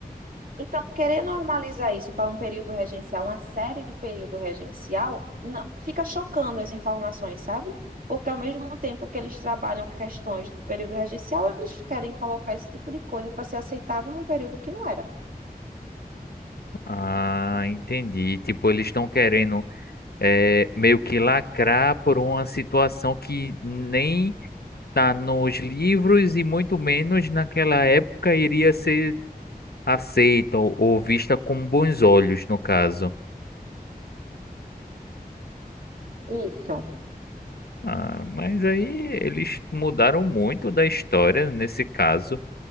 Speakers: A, on the right (about 60°); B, on the left (about 80°).
A: Então, querer normalizar isso para um período regencial, uma série de período regencial, não, fica chocando as informações, sabe? Porque ao mesmo tempo que eles trabalham questões do período regencial, eles querem colocar esse tipo de coisa para ser aceitado num período que não era.
B: Ah, entendi. Tipo, eles estão querendo eh, meio que lacrar por uma situação que nem tá nos livros e muito menos naquela época iria ser aceita ou, ou vista com bons olhos, no caso.
A: Isso.
B: Ah, mas aí eles mudaram muito da história nesse caso,